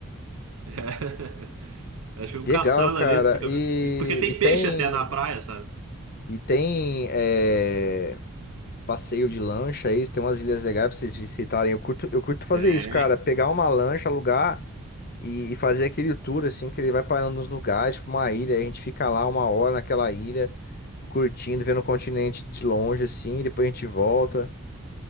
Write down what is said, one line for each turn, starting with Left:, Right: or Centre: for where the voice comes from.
Right: <laughs> É. Elas ficam
Left: Legal,
Right: caçando
Left: cara.
Right: ali, tu fica
Left: E,
Right: vendo. Porque tem
Left: e tem
Right: peixe até na praia, sabe?
Left: e tem é, passeio de lancha aí, tem umas ilhas legais pra vocês visitarem. Eu curto, eu curto fazer
Right: Tem.
Left: isso, cara. Pegar uma lancha, alugar e, e fazer aquele tour assim, que ele vai parando nos lugares, tipo uma ilha, aí a gente fica lá uma hora naquela ilha, curtindo, vendo o continente de longe assim, e depois a gente volta.